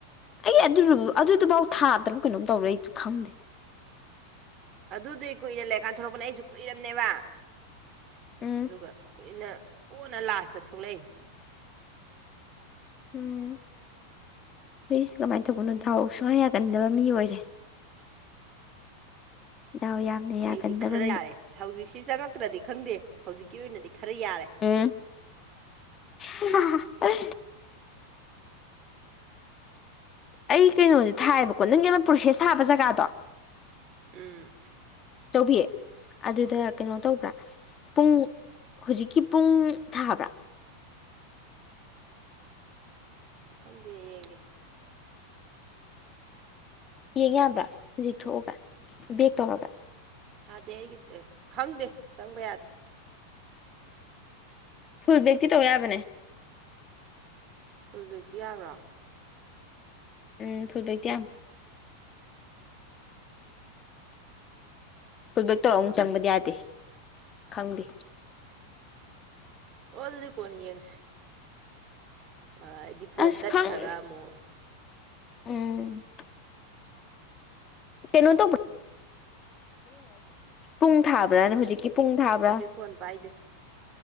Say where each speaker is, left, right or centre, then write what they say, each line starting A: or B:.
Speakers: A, on the left (about 25°); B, on the right (about 35°).
A: ꯑꯩ ꯑꯗꯨ ꯑꯗꯨꯗꯨꯕꯥꯎ ꯊꯥ ꯇꯔꯨꯛ ꯀꯩꯅꯣꯝ ꯇꯧꯔꯦ ꯑꯩ ꯈꯪꯗꯦ
B: ꯑꯗꯨꯗꯤ ꯀꯨꯏꯅ ꯂꯩꯔꯀꯥꯟ ꯊꯣꯔꯛꯄꯅꯦ ꯑꯩꯁꯨ ꯀꯨꯏꯔꯝꯅꯦꯕ
A: ꯎꯝ
B: ꯑꯗꯨꯒ ꯀꯨꯏꯅ ꯀꯣꯟꯅ ꯂꯥꯁꯇ ꯊꯣꯛꯂꯛꯏꯅꯦ
A: ꯎꯝ <unintelligible> ꯇꯧꯕꯅꯣ ꯑꯝ ꯊꯥꯔꯣ ꯁꯨꯡꯌꯥ ꯌꯥꯒꯟꯗꯕ ꯃꯤ ꯑꯣꯏꯔꯦ ꯗꯥꯎ ꯌꯥꯝꯅ ꯌꯥꯒꯟꯗꯕ
B: ꯑꯩꯗꯤ ꯈꯔ
A: ꯃꯤ
B: ꯌꯥꯔꯦ ꯍꯧꯖꯤꯁ ꯁꯤ ꯆꯪꯉꯛꯇ꯭ꯔꯗꯤ ꯈꯪꯗꯦ ꯍꯧꯖꯤꯛꯀꯤ ꯑꯣꯏꯅꯗꯤ ꯈꯔ ꯌꯥꯔꯦ
A: ꯎꯝ <inaudible> ꯑꯩ ꯀꯩꯅꯣꯗꯤ ꯊꯥꯏꯌꯦꯕꯀꯣ ꯅꯪꯒꯤ ꯑꯃ ꯄ꯭ꯔꯣꯁꯦꯁ ꯊꯥꯕ ꯖꯒꯥꯗꯣ
B: ꯎꯝ
A: ꯇꯧꯕꯤ ꯑꯗꯨꯗ ꯀꯩꯅꯣ ꯇꯧꯕ꯭ꯔꯥ ꯄꯨꯡ ꯍꯧꯖꯤꯛꯀꯤ ꯄꯨꯡ ꯊꯥꯕ꯭ꯔꯥ
B: ꯈꯪꯗꯦ ꯌꯦꯡꯒꯦ
A: ꯌꯦꯡ ꯌꯥꯕ꯭ꯔꯥ ꯍꯧꯖꯤꯛ ꯊꯣꯛꯑꯒ ꯕꯦꯛ ꯇꯧꯔꯒ
B: ꯊꯥꯗꯦ ꯑꯩꯒꯤ ꯈꯪꯗꯦ ꯆꯪꯕ ꯌꯥꯗꯦ
A: ꯐꯨꯜ ꯕꯦꯛꯇꯤ ꯇꯧ ꯌꯥꯕꯅꯦ
B: ꯐꯨꯜ ꯕꯦꯛꯇꯤ ꯌꯥꯕ꯭ꯔꯣ
A: ꯎꯝ ꯐꯨꯜ ꯕꯦꯛꯇꯤ ꯌꯥꯝ ꯐꯨꯜꯕꯦꯛ ꯇꯧꯔꯛ ꯑꯃꯨꯛ ꯆꯪꯕꯗꯤ ꯌꯥꯗꯦ ꯈꯪꯗꯦ
B: ꯑꯣ ꯑꯗꯨꯗꯤ ꯀꯣꯟꯅ ꯌꯦꯡꯉꯁꯤ ꯑꯩꯗꯤ ꯐꯣꯟ
A: ꯑꯁ
B: ꯇꯠꯈ꯭ꯔꯒ
A: ꯈꯪ
B: ꯑꯃꯨꯛ
A: ꯎꯝ ꯀꯩꯅꯣ ꯇꯧ ꯄꯨꯡ ꯊꯥꯕ꯭ꯔꯥꯅꯦ ꯍꯧꯖꯤꯛꯀꯤ ꯄꯨꯡ ꯊꯥꯕ꯭ꯔꯥ
B: ꯆꯦ ꯇꯣꯝꯕꯤ ꯐꯣꯟ ꯄꯥꯏꯗꯦ